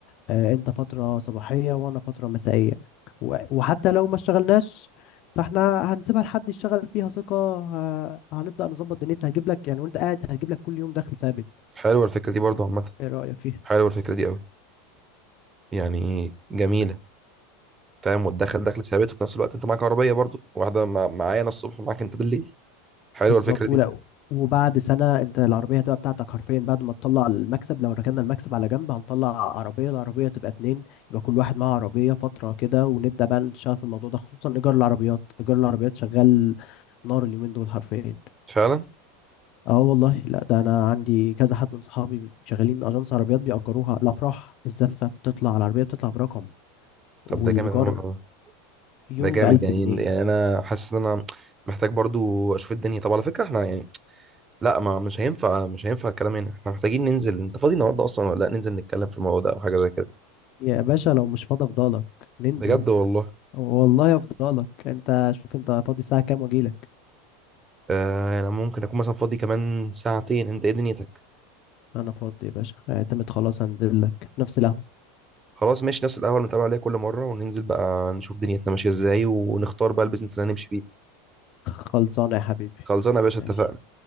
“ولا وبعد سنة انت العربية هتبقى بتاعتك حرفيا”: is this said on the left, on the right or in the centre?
Left